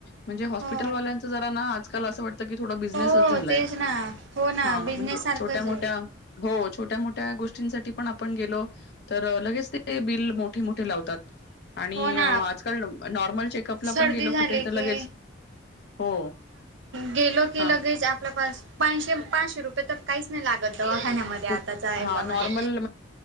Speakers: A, on the left; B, on the right.
A: म्हणजे हॉस्पिटल
B: हो
A: वाल्यांच जरा ना आजकाल असं वाट- ते की थोडा बिझनेसच
B: हो
A: झालाय
B: तेच ना हो ना
A: हा
B: बिझनेससारखंच
A: म्हणजे छोट्या मोट्या-
B: आहे
A: हो छोट्या मोट्या गोष्टींसाटी पण आपण गेलो? तर लगेच ते बिल मोठी मोठे लावतात. आणि
B: हो ना
A: आजकल नॉर्मल चेकअपला
B: सर्दी
A: पण गेलं
B: झाली
A: कुठे तर लगेच
B: की
A: हो.
B: गेलो की
A: हा
B: लगेच आपल्यापास पानशे पाशे रुपय तर- काहीच नाही लागत दवाखान्यामध्ये
A: कुठ
B: आताच्या आयोगामध्ये
A: हा नॉर्मल